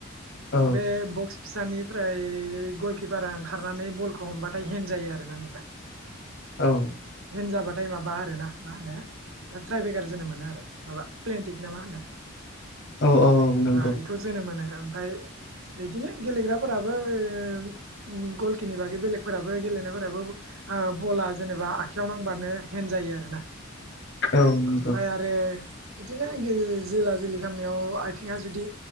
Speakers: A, on the left; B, on the right.
A: औ
B: बे बक्स फिसानिफ्राय गलकिपारा ओंखारनानै बलखौ हमबाथाय हेन जायो आरोना नोंथा।
A: औ
B: हेन जाबाथाय माबा आरो ना मा होनो ट्राइभेगार जोनो मोनो आरो माबा प्लेनटिक ना मा होनो
A: औ औ नंगौ
B: ओ इखौ जोनो मोनो ओमफाय इदिनो गेलेग्राफोराबो ओ गलखिनि बागै बेलेगफोराबो गेलेनायफोराबो ओ बला जेनेबा आखाइयाव नांबानो हेन जायो आरो ना
A: औ नंगौ
B: ओमफाय आरो बिदिनो ग जोला जोलि खालामनायाव आ आथिङा जुदि